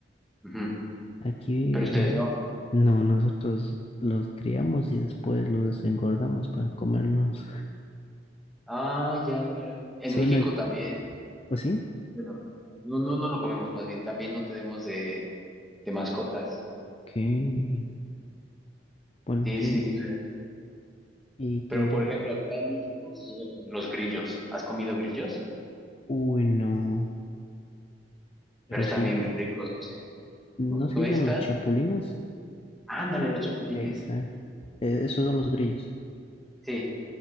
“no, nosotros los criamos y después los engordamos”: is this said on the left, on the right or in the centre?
Left